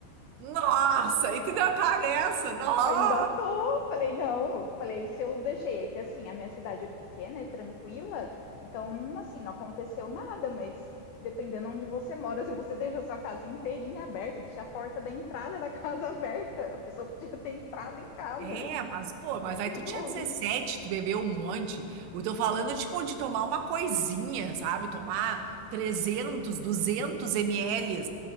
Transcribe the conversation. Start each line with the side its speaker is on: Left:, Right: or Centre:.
Right: Nossa, e tu ainda tá nessa? Nossa!
Left: Ainda tô, falei, não, falei, se eu deixei, é que assim, a minha cidade é pequena, é tranquila, então, assim, não aconteceu nada, mas dependendo onde você mora, <laughs> se você deixa a sua casa inteirinha aberta, deixa a porta da entrada da <laughs> casa aberta, a pessoa podia ter entrado em casa.
Right: É, mas, pô, mas
Left: É perigoso.
Right: aí tu tinha 17, tu bebeu um monte. Eu tô falando, tipo, de tomar uma coisinha, sabe? Tomar 300, 200 ml